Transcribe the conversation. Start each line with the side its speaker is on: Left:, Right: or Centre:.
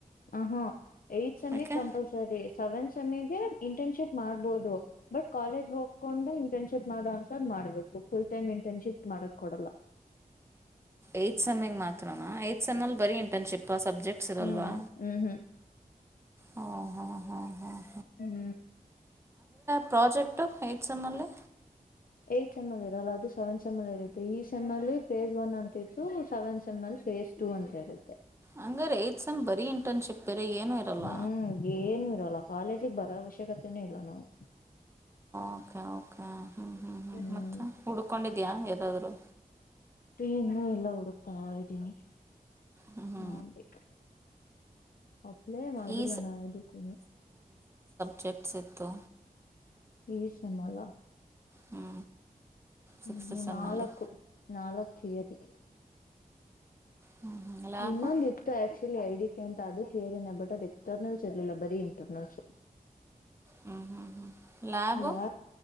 Left: ಹೊಹೊ ಏತ್ ಸೆಮಿಂಗ್
Right: ಓಕೆ
Left: ಕಂಪಲ್ಸರಿ. ಸೆವೆನ್ ಸಮ್ಮಿಗೆ ಇಂಟರ್ನ್ಶಿಪ್ ಮಾಡ್ಬಹದು ಬಟ್ ಕಾಲೇಜ್ ಹೋಗ್ಕೊಂಡು ಇಂಟರ್ನ್ಶಿಪ್ ಮಾಡ <unintelligible> ಮಾಡ್ಬೇಕು ಫುಲ್ ಟೈಮ್ ಇಂಟರ್ನ್ಶಿಪ್ ಮಾಡಕ್ ಕೊಡಲ್ಲ.
Right: ಏತ್ ಸಮ್ಮಿಗ್ ಮಾತ್ರ. ಮಾತ್ರನ ಏತ್ ಸೆಮ್ಮಲ್ಲ್ ಬರೀ ಇಂಟರ್ನ್ಶಿಪಾ ಸಬ್ಜೆಕ್ಟ್ಸ್ ಇರಲ್ವಾ.
Left: ಹ್ಮ್ ಹ್ಮ್ ಹ್ಮ್
Right: ಹಾಂ ಹಾಂ ಹಾಂ ಹಾಂ
Left: ಹ್ಮ್
Right: ಪ್ರೊಜೆಕ್ಟ್ ಏಟ್ಸ್ಮ್ಮಲ್ಲಿ.
Left: ಏಟ್ ಸೆಮ್ಲ್ ಇರಲ್ಲ ಅದು ಸೆವೆನ್ಸೆಮ್ಮ್ಲ್ <unintelligible> ಈ ಸೆಮಲ್ಲಿ ಫೇಸ್ ಒನ್ ಅಂತಿತ್ತು ಸೆವೆನ್ ಸೆಮ್ಲ್ ಫಸ್ ಟು ಅಂತ ಇರುತ್ತೆ.
Right: ಹಂಗರೆ ಏಟ್ಸೆಮ್ ಬರೀ ಇಂಟರ್ನ್ಶಿಪ್. ಬೇರೆ ಏನೂ ಇರಲ್ಲ
Left: ಹ್ಮ್ ಏನು ಇರಲ್ಲ ಕಾಲೇಜಿಗೆ ಬರೋ ಅವಶ್ಯಕತೆನೆ ಇಲ್ಲ ನಾವು.
Right: ಓಕೆ ಓಕೆ ಹ್ಞೂ ಹ್ಞೂ ಹ್ೂ
Left: ಹ್ಮ್
Right: ಮತ್ತೆ ಹುಡ್ಕೊಂಡಿದ್ಯಾ ಯದಾದ್ರು.
Left: <unintelligible> ಇನ್ನು ಇಲ್ಲ ಹುಡುಕ್ತಾ ಇದ್ದೀನಿ
Right: ಹ್ಞೂ
Left: ನೋಡ್ಬೇಕಾ. ಅಪ್ಲೇ ಮಾಡಿಲ್ಲ
Right: ಈ
Left: ನಾ ಇದುಕ್ಕಿನ್ನ.
Right: ಚಪ್ಸ್ <unintelligible>
Left: ಈ ಸೆಮ್ಮಲ.
Right: ಹ್ಞೂ ಸಿಕ್ಸ್ತ್
Left: ಹ್ಮ್
Right: ಸೆಮ್ಮಲ್ಲಿ
Left: ನಾಲ್ಕು ನಾಲ್ಕು ತೀಯರಿ.
Right: ಹ್ಞೂ ಹ್ಞೂ ಲ್ಯಾಬು
Left: ಇನ್ನೊಂದಿತ್ತು ಆಕ್ಚುಲಿ ಐಡಿ. <unintelligible> ಅದು ಥಿಯರಿ ಬಟ್ ಅದು ಎಕ್ಸ್ಟರ್ನಲ್ಸ್ ಇರ್ಲಿಲ್ಲ ಬರೀ ಇಂಟರ್ನಲ್ಸ್.
Right: ಹ್ಞೂ ಹ್ಞೂ ಹ್ಞೂ ಲ್ಯಾಬು
Left: ಅಲ್ಲಾ